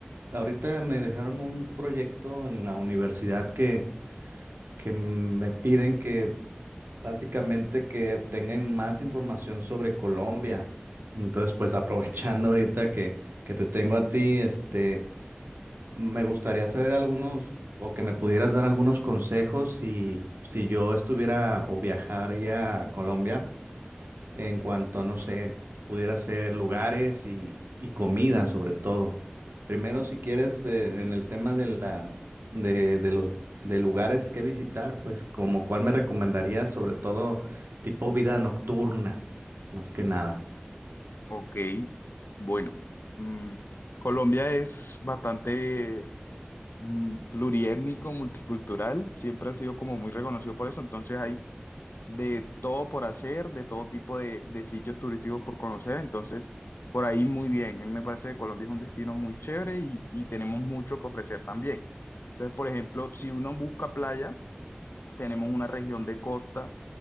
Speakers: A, on the right; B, on the left.
A: ahorita me dejaron un proyecto en la universidad que, que me piden que básicamente que obtengan más información sobre Colombia. Entonces, pues <laughs> aprovechando ahorita que, que te tengo a ti, este... Me gustaría saber algunos o que me pudieras dar algunos consejos si, si yo estuviera o viajaría a Colombia en cuanto, no sé, pudiera ser lugares y, y comida sobre todo. Primero, si quieres, eh, en el tema de la, de, de los de lugares que visitar, pues como cuál me recomendarías, sobre todo tipo vida nocturna, más que nada.
B: Ok, bueno, mm, Colombia es bastante mm, pluriétnico, multicultural, siempre ha sido como muy reconocido por eso, entonces hay de todo por hacer, de todo tipo de, de sitios turísticos por conocer, entonces por ahí muy bien, a mí me parece que Colombia es un destino muy chévere y, y tenemos mucho que ofrecer también. Entonces, por ejemplo, si uno busca playa, tenemos una región de costa